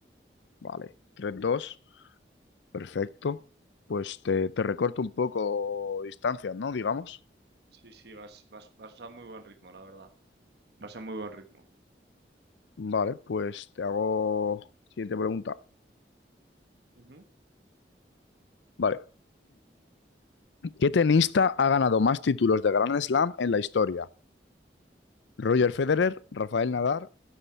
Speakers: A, on the left; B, on the right.
A: Vale, Tres dos, perfecto. Pues te, te recorto un poco distancia, ¿no? Digamos.
B: Sí, sí, vas, vas, vas a muy buen ritmo, la verdad. Vas a muy buen ritmo.
A: Vale, pues te hago siguiente pregunta.
B: Ujú.
A: Vale. <clears throat> ¿Qué tenista ha ganado más títulos de Grand Slam en la historia? ¿Roger Federer, Rafael Nadal,